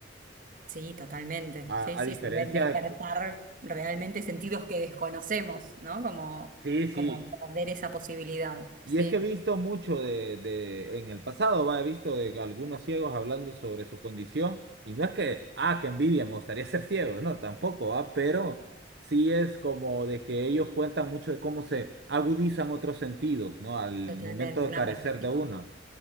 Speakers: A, on the right (about 50°); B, on the right (about 65°).
A: Sí, totalmente.
B: A,
A: Sí, sí,
B: a diferencia
A: se deben despertar
B: de,
A: realmente sentidos que desconocemos, ¿no? Como,
B: sí, sí,
A: como al perder esa posibilidad.
B: Y
A: Sí,
B: es que he visto mucho de, de en el pasado, va, he visto de algunos ciegos hablando sobre su condición, y no es que, ah, qué envidia, me gustaría ser ciego, no, tampoco, ah, pero sí es como de que ellos cuentan mucho de cómo se agudizan otros sentidos, ¿no? Al
A: totalmente.
B: momento de
A: Una
B: carecer
A: perspectiva.
B: de uno.